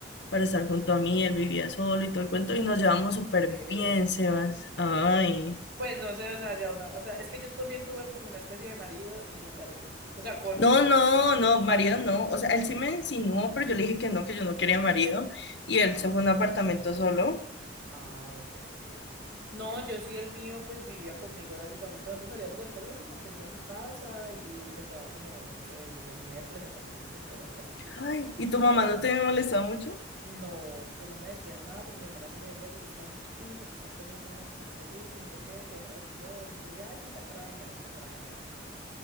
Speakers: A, on the left (about 70°); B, on the right (about 65°).
A: para estar junto a mí, él vivía solo y todo el cuento, y nos llevamos súper
B: ew.
A: bien, Sebas. Ay.
B: Pues no sé, o sea, ya una, o sea, es que yo también tuve como una especie de marido y no me arrepiento. O sea, con
A: No,
B: él mucho.
A: no, no, marido no. O sea, él sí me insinuó, pero yo le dije que no, que yo no quería marido. Y él
B: Ah,
A: se fue a un apartamento solo.
B: ah, ok, ok, ok. No, yo sí, el mío, pues vivía conmigo básicamente. Nosotros salíamos del colegio y mantenía en mi casa y se quedaba como, no sé, desde el miércoles hasta el domingo o algo así.
A: Ay, ¿y
B: ah
A: tu mamá no te molesta mucho?
B: No, pues no me decían nada, pero mi hermana sí me decía que yo estaba muy chiquito, pues estar teniendo una experiencia así, que no sé qué, que dejara de ser bon. Y yo le dije, ay, no, patrañas, patrañas.